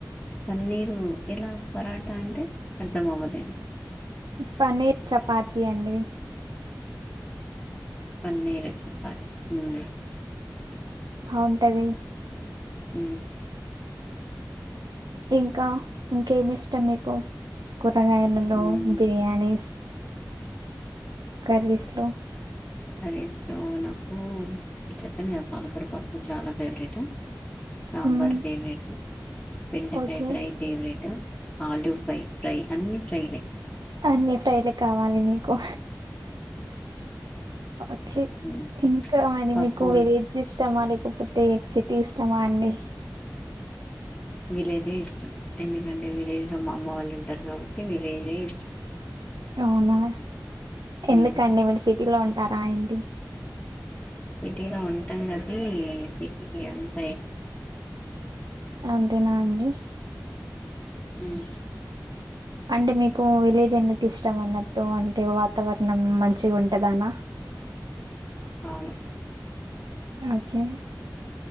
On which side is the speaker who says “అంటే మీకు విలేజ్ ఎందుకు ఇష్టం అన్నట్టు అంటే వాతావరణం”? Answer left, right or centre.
Right